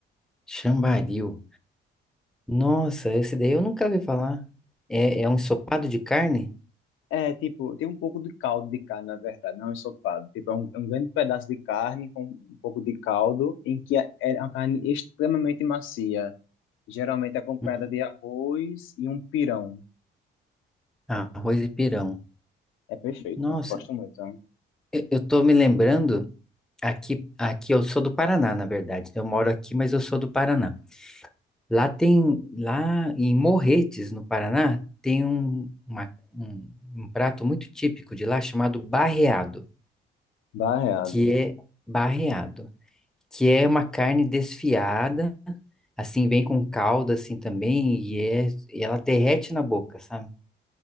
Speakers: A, in the centre; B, on the left.
A: Chambaril. Nossa, esse daí eu nunca ouvi falar. É, é um ensopado de carne?
B: É, tipo, tem um pouco de caldo de carne, na verdade, não é um ensopado. Tipo, é um, é um grande pedaço de carne com um pouco de caldo, em que é é uma carne extremamente macia, geralmente acompanhada
A: Hum.
B: de arroz e um pirão.
A: Arroz e pirão.
B: É perfeito,
A: Nossa,
B: gosto muito. né?
A: eu, eu tô me lembrando. Aqui, aqui eu sou do Paraná, na verdade. Eu moro aqui, mas eu sou do Paraná. Lá tem, lá em Morretes, no Paraná, tem um, uma- um, um prato muito típico de lá chamado barreado,
B: Barreado,
A: que é barreado. que é uma carne desfiada, assim, vem com calda assim também, e, é, e ela derrete na boca, sabe?